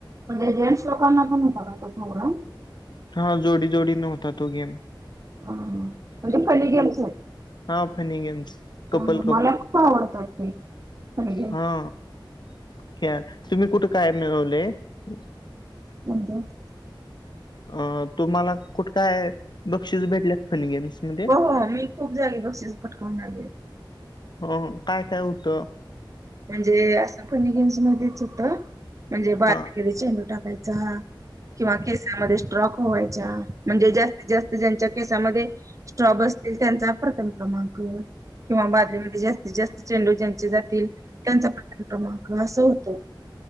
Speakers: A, on the right (about 40°); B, on the left (about 60°).
A: म्हणजे जेंट्स लोकांना पण हुता काय तो प्रोग्राम.
B: हां जोडी जोडीन हुता तो गेम.
A: हां हां <inaudible> म्हणजे फनी गेम्स आहेत.
B: हां फनी गेम्स
A: अ
B: कपल
A: मला खूप आवडतात ते, फनी गेम्स
B: हां खेळात तुम्ही कुठ काय मिळवलय. <inaudible>
A: <unintelligible>
B: अं तुम्हाला कुठ काय बक्षीस भेटल्यात फनी गेम्स. मध्ये?
A: हो हो मी खूप जागी बक्षीस पटकऊन आलीये,
B: हो हो काय काय हुत,
A: म्हणजे असं फनी गेम्स मध्येच होतं म्हणजे बा.
B: हा
A: <inaudible> चेंडू टाकायचा किंवा केसांमध्ये स्ट्रॉ होयच्या म्हणजे जास्तीत जास्त ज्यांच्या केसामध्ये स्ट्रॉ बसतील त्यांचा प्रथम क्रमांक किंवा बादली मधे जास्तीत जास्त चेंडू ज्यांचे जातील त्यांचा प्रथम क्रमांक असं होतं.